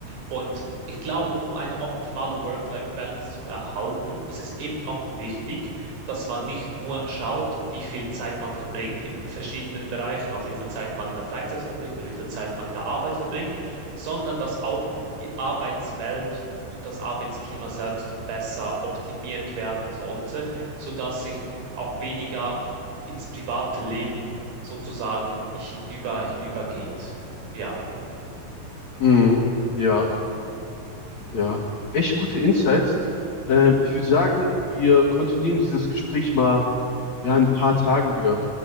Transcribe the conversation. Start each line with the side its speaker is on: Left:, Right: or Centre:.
Right: Und ich glaube, um eine optimale Work-Life-Balance zu erhalten, ist es eben auch wichtig, dass man nicht nur schaut, wie viel Zeit man verbringt in den verschiedenen Bereichen, also wie viel Zeit man in der Freizeit verbringt und wie viel Zeit man in der Arbeit verbringt, sondern dass auch die Arbeitswelt und das Arbeitsklima selbst besser optimiert werden sollte, sodass sich auch weniger ins private Leben sozusagen hinüber, hinübergeht. Ja.
Left: Mhm. Ja, ja. Echt gute Insights. Ähm, ich würde sagen, wir kontinuieren dieses Gespräch mal ja, in ein paar Tagen wieder.